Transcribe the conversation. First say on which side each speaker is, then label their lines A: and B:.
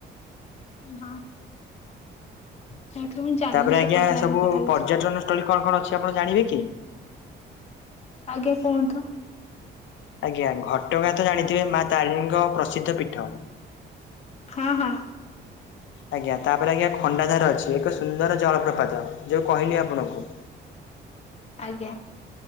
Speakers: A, on the left; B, on the left.
A: ହଁ। <unintelligible>
B: ତାପରେ ଆଜ୍ଞା
A: ଲାଇନ
B: ସବୁ
A: କଥା କିଛି
B: ପର୍ଯ୍ୟଟନ ସ୍ଥଳୀ କଣ କଣ ଅଛି ଆପଣ ଜାଣିବେ କି?
A: ଆଜ୍ଞା କୁହନ୍ତୁ।
B: ଆଜ୍ଞା ଘଟଗାଁ ତ ଜାଣିଥିବେ ମା ତାରିଣୀଙ୍କ ପ୍ରସିଦ୍ଧ ପୀଠ।
A: ହଁ ହଁ।
B: ଆଜ୍ଞା ତାପରେ ଆଜ୍ଞା ଖଣ୍ଡାଧାର ଅଛି ଏକ ସୁନ୍ଦର ଜଳପ୍ରପାତ ଯୋଉ କହିଲି ଆପଣଙ୍କୁ।
A: ଆଜ୍ଞା।